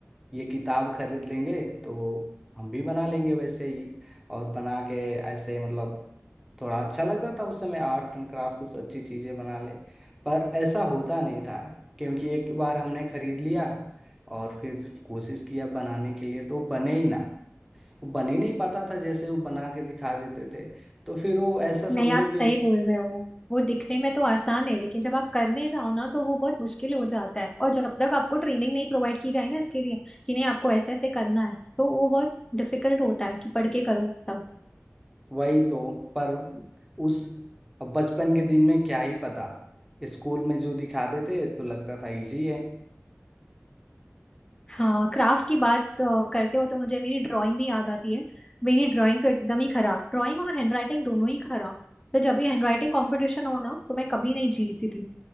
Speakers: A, in the centre; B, on the left.
A: ये किताब खरीद लेंगे तो हम भी बना लेंगे वैसे ही और बना के ऐसे मतलब थोड़ा अच्छा लगता था उस समय आर्ट एंड क्राफ्ट कुछ अच्छी चीज़ें बना ले पर ऐसा होता नहीं था क्योंकि एक बार हमने खरीद लिया और फिर कोशिश किया बनाने के लिए तो बने ही ना वो बन ही नहीं पाता था जैसे वो बना के दिखा देते थे तो फिर वो ऐसा
B: नहीं
A: समझो
B: आप सही
A: कि
B: बोल रहे हो वो दिखने में तो आसान है लेकिन जब आप करने जाओ ना तो वो बहुत मुश्किल हो जाता है और जब तक आपको ट्रेनिंग नहीं प्रोवाइड की जाए ना इसके लिए कि नहीं आपको ऐसे ऐसे करना है तो वो बहुत डिफिकल्ट होता है कि पढ़ के करो तब
A: वही तो पर उस अब बचपन के दिन में क्या ही पता स्कूल में जो दिखाते थे तो लगता था इजी है
B: हाँ क्राफ्ट की बात अ, करते हो तो मुझे मेरी ड्राइंग भी याद आती है मेरी ड्राइंग तो एकदम ही खराब ड्राइंग और हैंडराइटिंग दोनों ही खराब तो जब भी हैंडराइटिंग कंपटीशन हो ना तो मैं कभी नहीं जीतती थी